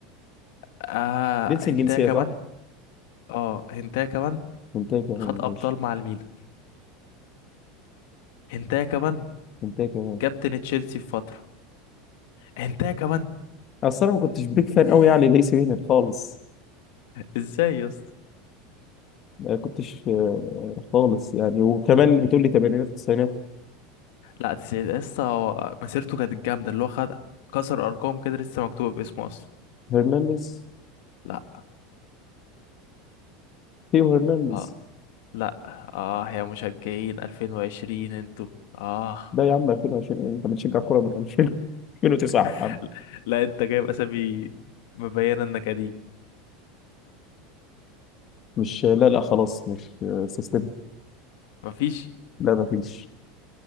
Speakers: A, on the left; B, on the left.
A: اه
B: جنس
A: هنتايا
B: الجنسيه
A: كمان
B: صح؟
A: اه هنتايا كمان
B: منتهي كمان
A: خد ابطال
B: ماشي
A: مع الميلان هنتايا كمان
B: منتهي كمان
A: كابتن تشيلسي في فتره هنتايا كمان
B: اصل انا ما كنتش بيك
A: <laughs>
B: فان قوي يعني ليس هنا خالص
A: ازاي يا اسطى
B: ما كنتش آه، خالص يعني وكمان بتقول لي ثمانينات وتسعينات
A: لا تسعيد يا اسطى هو مسيرته كانت جامده اللي هو خد كسر ارقام كده لسه مكتوبه باسمه اصلا
B: هرنانديز
A: لا
B: ثيو هرنانديز
A: اه لا اه يا مشجعين 2020 انتوا اه
B: ده يا عم 2020 ايه انت بتشجع كوره من 2000 2009
A: <laughs>
B: يا عم
A: لا انت جايب اسامي مبينه انك قديم
B: مش لا لا خلاص مش سيستم
A: مفيش
B: لا ما فيش